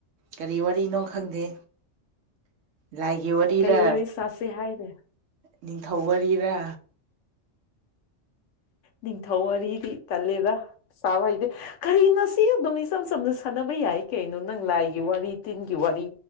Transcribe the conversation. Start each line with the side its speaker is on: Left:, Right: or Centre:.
Right: ꯀꯔꯤ ꯋꯥꯔꯤꯅꯣ ꯈꯪꯗꯦ ꯂꯥꯢꯒꯤ ꯋꯥꯔꯤꯔ
Left: ꯀꯩ ꯋꯥꯔꯤ ꯁꯥꯁꯤ ꯍꯥꯏꯅꯣ
Right: ꯅꯤꯡꯊꯧ ꯋꯥꯔꯤꯔꯥ
Left: ꯅꯤꯡꯊꯧ ꯋꯥꯔꯤꯗꯤ ꯇꯜꯂꯦꯕ ꯁꯕ ꯏꯗꯤ ꯀꯔꯤꯅ ꯁꯤ ꯑꯗꯨꯝ ꯏꯆꯝ ꯆꯝꯅ ꯁꯥꯟꯅꯕ ꯌꯥꯏ ꯀꯩꯅꯣ ꯅꯪ ꯂꯥꯏꯒꯤ ꯋꯥꯔꯤ ꯇꯤꯟꯒꯤ ꯋꯥꯔꯤ